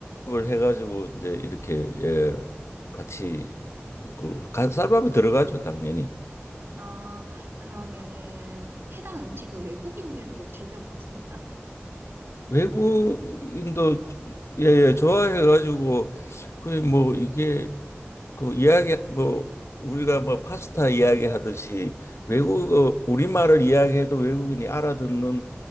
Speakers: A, on the left; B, on the right.
A: 해가지고 이제 이렇게 예, 같이 그 가- 쌀밥이 들어가죠, 당연히.
B: 어, 그러면은 해당 음식을 외국인들도 즐겨 먹습니까?
A: 외국인도 예, 예, 좋아해가지고 그 뭐 이게 그 이야기 뭐 우리가 뭐 파스타 이야기하듯이 외국어 우리말을 이야기해도 외국인이 알아듣는